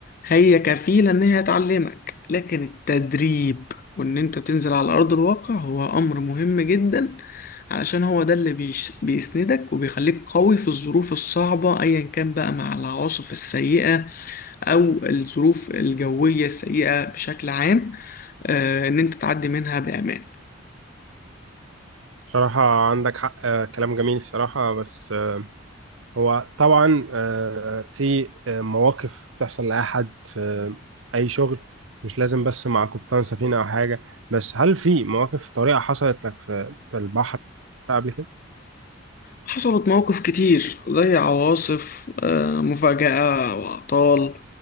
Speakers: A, on the left; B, on the right.
A: هي كفيلة ان هي تعلمك لكن التدريب وان انت تنزل على ارض الواقع هو امر مهم جدا علشان هو ده اللي بيش بيسندك وبيخليك قوي في الظروف الصعبة ايا كان بقى مع العواصف السيئة او الظروف الجوية السيئة بشكل عام آه، ان انت تعدي منها بامان
B: صراحة عندك حق آه، كلام جميل الصراحة بس آه، هو طبعا آه، في آه، مواقف بتحصل لأي حد في أي شغل مش لازم بس مع قبطان سفينة أو حاجة بس هل في مواقف طريقة حصلت لك في في البحر قبل كده؟
A: حصلت مواقف كتير زي عواصف آه، مفاجأة وأعطال